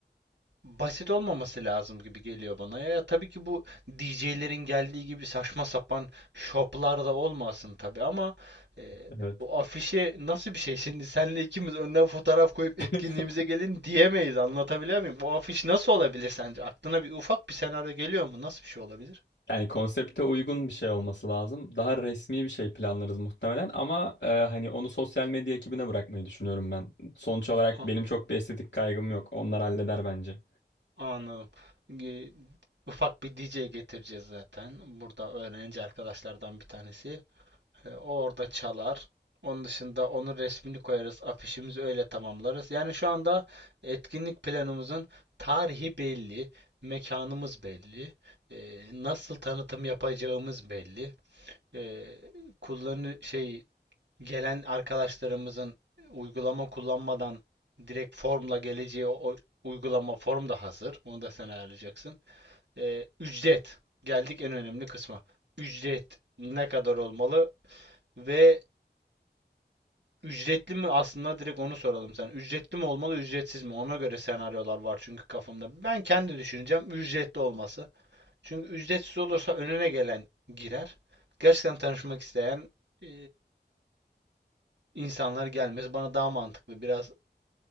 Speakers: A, on the right; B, on the left.
A: basit olmaması lazım gibi geliyor bana. Ya, ya tabii ki bu DJ'lerin geldiği gibi saçma sapan şoplar da olmasın tabii ama e,
B: Evet.
A: o afişe nasıl bir şey? Şimdi senle ikimiz önden fotoğraf koyup
B: <laughs>
A: etkinliğimize gelin diyemeyiz. Anlatabiliyor muyum? O afiş nasıl olabilir sence? Aklına bir ufak bir senaryo geliyor mu? Nasıl bir şey olabilir?
B: Yani konsepte uygun bir şey olması lazım. Daha resmi bir şey planlarız muhtemelen ama e, hani onu sosyal medya ekibine bırakmayı düşünüyorum ben. Sonuç olarak
A: Ha,
B: benim çok bir estetik kaygım yok. Onlar halleder bence.
A: anladım. Ge- Ufak bir DJ getireceğiz zaten. Burada öğrenci arkadaşlardan bir tanesi. E, o orada çalar. Onun dışında onun resmini koyarız, afişimizi öyle tamamlarız. Yani şu anda etkinlik planımızın tarihi belli, mekanımız belli, e, nasıl tanıtım yapacağımız belli, e, kullanı şey gelen arkadaşlarımızın uygulama kullanmadan direkt formla geleceği o o uygulama form da hazır. Onu da sen ayarlayacaksın. E, ücret. Geldik en önemli kısma. Ücret ne kadar olmalı? ve Ücretli mi? Aslında direkt onu soralım sen. Ücretli mi olmalı, ücretsiz mi? Ona göre senaryolar var çünkü kafamda. Ben kendi düşüneceğim ücretli olması. Çünkü ücretsiz olursa önüne gelen girer. Gerçekten tanışmak isteyen e, insanlar gelmez. Bana daha mantıklı. Biraz